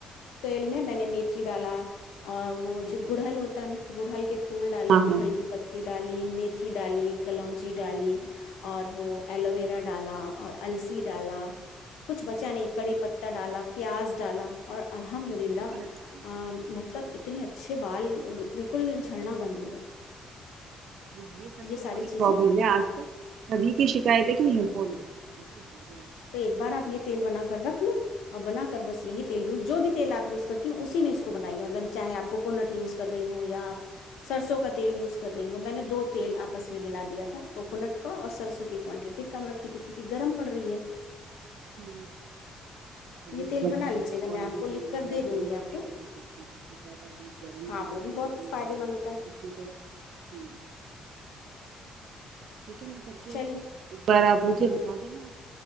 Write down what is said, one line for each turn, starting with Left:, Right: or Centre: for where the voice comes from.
Left: تیل میں میں نے میتھی ڈالا اور وہ
Right: ہاں
Left: جو گڑہل ہوتا ہے نا گوڑ ہل کے پھول ڈالے
Right: ہاں
Left: گڑہل کی پتی ڈالی میتھی ڈالی کلونچی ڈالی اور وہ ایلوویرا ڈالا اور السی ڈالا کچھ بچا نہیں کڑی پ پا ڈالا پیاز ڈالا اور الحمد للہ
Right: اچھا
Left: مطلب اتنے اچھے بال بالکل جھڑنا بند ہو گئے
Right: یہ سب سے
Left: ساری
Right: بڑی
Left: چیزیں
Right: پرابلم ہے آج کل سبھی کی شکایتیں کہ ہیڈ فون ج ج
Left: تو ایک بار آپ یہ تیل بنا کر رکھ لو اور بنا کر بس یہیل یوز جو بھی تیلپی اس کرتی ہوں اسی میں اس کو بائیے مطلب چاہے آپ کوونٹ یوز کر رہی ہوں یاپ سرسوں کا تیل یوز کر رہی ہوں میں نے دو تیل آپس میں ملا دیا تھا کوکونٹ کا اور سرسوں کی کوانٹٹی کم رکھی تھی کیونک گرم پڑ رہی ہے
Right: ہ ابھیب
Left: تو یہ تیل
Right: ب
Left: بنا لیجیے گا
Right: اور
Left: میں آپ
Right: یہ
Left: کو لکھ
Right: جو
Left: کر
Right: زیتون
Left: دے دوں گی آپ
Right: کا
Left: کو
Right: تیل ہے وہ تو بہت زیادہ گرم
Left: ہاں
Right: بھی
Left: وہ
Right: ہے
Left: بہت
Right: زیتون
Left: فائدے
Right: کا آئل
Left: مند ہوتا ہے
Right: اس میں تھوڑا ہ چیکن کر کے
Left: چلیے
Right: ایک بار آپ مجھے
Left: ہ
Right: بتا دینا